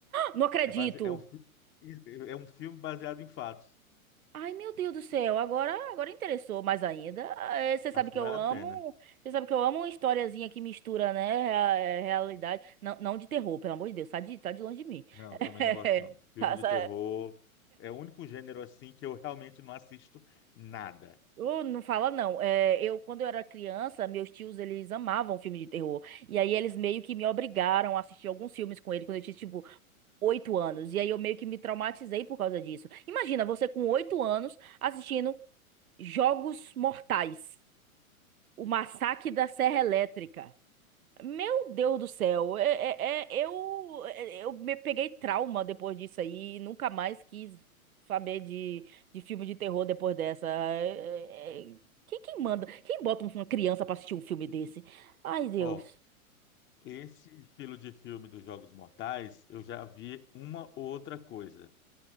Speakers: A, on the right (about 75°); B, on the left (about 25°).
A: não acredito.
B: É base, é um, fi- é um filme baseado em fatos.
A: Ai, meu Deus do céu. Agora, agora interessou mais ainda. Eh, Você sabe
B: Acho
A: que
B: que vale
A: eu amo,
B: a pena.
A: você sabe que eu amo uma historiazinha que mistura, né, rea- eh, realidade, não, não de terror, pelo amor de Deus, sai de, sai de longe de mim.
B: Não,
A: <laughs>
B: eu também não gosto não. Filme
A: Tá,
B: de
A: sa-
B: terror é o único gênero assim que eu realmente não assisto nada.
A: Uh, não fala não. É, eu quando eu era criança, meus tios eles amavam filme de terror. E aí eles meio que me obrigaram a assistir alguns filmes com ele quando eu tinha tipo oito anos. E aí eu meio que me traumatizei por causa disso. Imagina você com oito anos assistindo Jogos Mortais, o Massacre da Serra Elétrica. Meu Deus do céu, é, é- é- eu, é- eu me peguei trauma depois disso aí, nunca mais quis saber de, de filme de terror depois dessa. É- é- é- Quem, quem manda? Quem bota uma criança pra assistir um filme desse? Ai, Deus,
B: Ó, esse estilo de filme dos Jogos Mortais, eu já vi uma outra coisa.